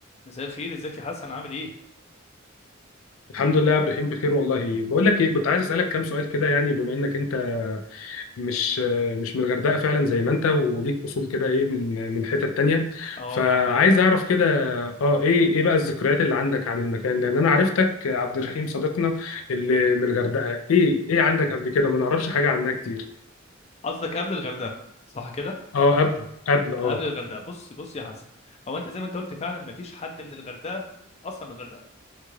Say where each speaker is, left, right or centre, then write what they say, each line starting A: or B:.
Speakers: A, on the left (about 30°); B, on the left (about 85°).
A: مساء الخير ازيك يا حسن عامل ايه
B: الحمد لله يا ابراهيم بخير والله بقول لك ايه كنت عايز اسالك كام سؤال كده يعني بما انك انت مش مش من الغردقه فعلا زي ما انت وليك اصول كده ايه من من حتت تانية
A: اه
B: فعايز
A: ما حقيقي
B: اعرف كده اه ايه ايه بقى الذكريات اللي عندك عن المكان لان انا عرفتك عبد الرحيم صديقنا اللي من الغردقه ايه ايه عندك قبل كده ما نعرفش حاجه عنها كتير
A: قصدك قبل الغردقه صح كده
B: اه قبل قبل اه
A: قبل الغردقه بص بص يا حسن هو انت زي ما انت قلت فعلا ما فيش حد من الغردقه اصلا من الغردقه